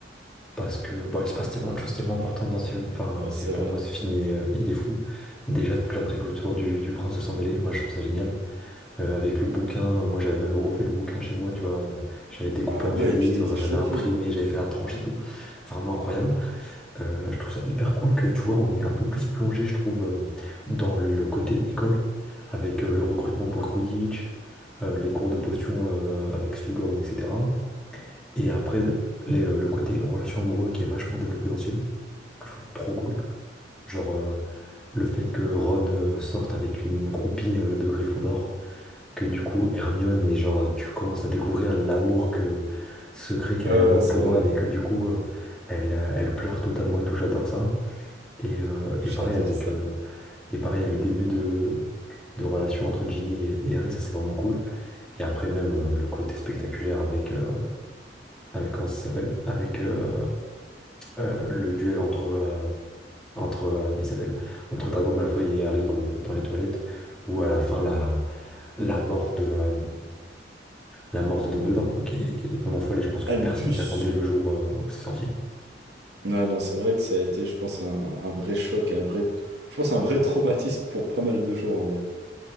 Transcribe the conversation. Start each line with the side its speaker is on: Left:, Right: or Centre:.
Centre: parce que. Bon, il se passe tellement de choses tellement importantes dans ce film. Enfin,
Right: Ouais,
Centre: c'est
Right: c'est
Centre: pour
Right: vrai.
Centre: moi, ce film, il est, il est fou. Déjà, toute l'intrigue autour du, du Prince de Sang-Mêlé, moi, je trouve ça génial. euh, avec le bouquin. Moi, j'avais même refait le bouquin chez moi, tu vois. euh, J'avais découpé
Right: Ah
Centre: un
Right: ouais,
Centre: vieux livre,
Right: tu t'étais
Centre: j'avais
Right: chauffé.
Centre: imprimé, j'avais fait la tranche et tout. Vraiment incroyable. Euh, je trouve ça hyper cool que, tu vois, on est un peu plus plongé, je trouve, euh, dans le côté école, avec euh, le recrutement pour le Quidditch, euh, les cours de potions euh, avec Slughorn, etc. Et après, les, euh, le côté relation amoureuse qui est vachement développé dans ce film, que je trouve trop cool. Genre, euh, le fait que Ron euh, sorte avec une groupie euh, de Gryffondor, que du coup Hermione et genre tu commences à découvrir l'amour que secret qu'a
Right: Ouais,
Centre: Hermione
Right: ouais, c'est
Centre: pour
Right: vrai.
Centre: Ron et que du coup euh, elle, euh, elle pleure totalement et tout, j'adore ça. Et, euh,
Right: J'adore
Centre: et pareil avec
Right: ça.
Centre: euh, et pareil le début de, de relation entre Ginny et, et Harry, ça c'est vraiment cool. Et après même euh, le côté spectaculaire avec euh, avec comment ça s'appelle? Avec euh, euh, le duel entre euh, entre euh, comment il s'appelle? Entre Drago Malfoy et Harry dans le dans les toilettes où à la fin la la mort de euh, la mort de Dumbledore, quoi, qui est, qui est totalement folle, et je pense que
Right: Albus.
Centre: personne s'y attendait le jour euh, où c'est sorti,
Right: Non, non, c'est vrai que ça a été, je pense, un, un vrai choc, et un vrai, je pense, un vrai traumatisme pour pas mal de gens, en vrai.